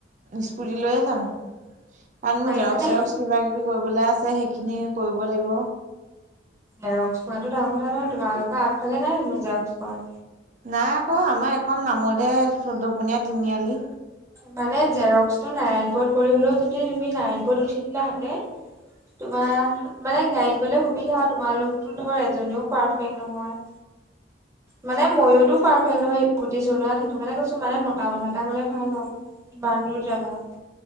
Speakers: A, on the right (about 40°); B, on the right (about 15°).
A: স্কুটি লৈয়ে যাম কাৰণ মোৰ
B: পাৰিবানে?
A: জেৰক্স চেৰক্স কিবা কিবি কৰিবলে আছে সেইখিনি কৰিব লাগিব।
B: এ জেৰক্স কৰাটো ডাঙৰ কথা নহয় তোমালোকৰ আগফালে নাই জানোঁ জেৰক্স কৰা।
A: নাই আকৌ আমাৰ এখন নামতহে চৌধ্য পোনীয়া তিনিআলি।
B: মানে জেৰক্স টো নাৰায়ণপুৰত কৰি হ'লেও যদি তুমি নাৰায়ণপুৰত উঠি দিলা হাতে তোমাৰ মানে গাড়ীড গ'লে সুবিধা তোমালোকতো ধৰ এজনীও পাৰফেক্ট নহয়। মানে ময়োতো পাৰফেক্ট নহয় কুটি চলোৱাত সেইটো কাৰণে কৈছোঁ মানে মতা মানুহ এটা গ'লে ভাল আৰু। ইমান দূৰ যাবা।